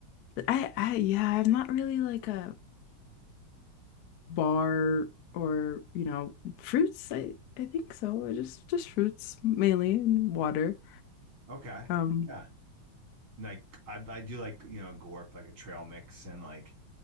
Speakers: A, on the left; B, on the right.
A: I, I, yeah, I'm not really like a bar or, you know, fruits. I I think so. Just just fruits mainly and water.
B: Okay.
A: Um,
B: Yeah. Like I I do like, you know, a gorp, like a trail mix and like